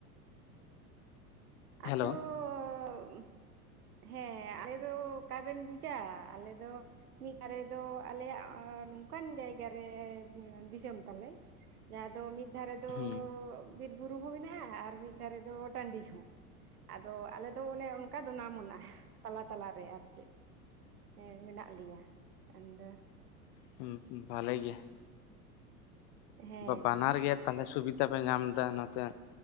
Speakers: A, on the right (about 75°); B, on the left (about 40°).
A: ᱟᱫᱚᱻᱚᱻᱚᱻᱚ
B: ᱦᱮᱞᱳ
A: ᱦᱮᱸ ᱟᱞᱮ ᱫᱚ ᱚᱠᱟᱵᱮᱱ ᱵᱩᱡᱟ ᱟᱞᱮ ᱫᱚ ᱢᱤᱫ ᱫᱷᱟᱨᱮ ᱫᱚ ᱟᱞᱮᱭᱟᱜ ᱱᱚᱝᱠᱟᱱ ᱡᱟᱭᱜᱟ ᱨᱮ ᱫᱤᱥᱚᱢ ᱛᱟᱞᱮ ᱾ ᱡᱟᱦᱟᱸ ᱫᱚ ᱢᱤᱫ ᱫᱷᱟᱨᱮ ᱫᱚ
B: ᱦᱩᱸ
A: ᱵᱤᱨ ᱵᱩᱨᱩ ᱦᱚᱸ ᱢᱮᱱᱟᱜᱼᱟ ᱟᱨ ᱢᱤᱫ ᱫᱷᱟᱨᱮ ᱫᱚ ᱴᱟᱺᱰᱤ ᱦᱚᱸ ᱟᱫᱚ ᱟᱞᱮ ᱫᱚ ᱚᱱᱮ ᱚᱱᱠᱟ ᱫᱚᱱᱟ ᱢᱚᱱᱟ ᱛᱟᱞᱟ ᱛᱟᱞᱟ ᱨᱮ ᱟᱨ ᱪᱮᱫ? ᱮᱮᱸ ᱢᱮᱱᱟᱜ ᱞᱤᱭᱟ ᱟᱫᱚ
B: ᱦᱩᱸ ᱦᱩᱸ ᱵᱟᱞᱮ ᱜᱮ ᱾
A: ᱦᱮᱸ
B: ᱵᱟᱱᱟᱨ ᱜᱮ ᱛᱟᱦᱞᱮ ᱥᱩᱵᱤᱫᱟ ᱯᱮ ᱧᱟᱢ ᱮᱫᱟ ᱱᱚᱛᱮ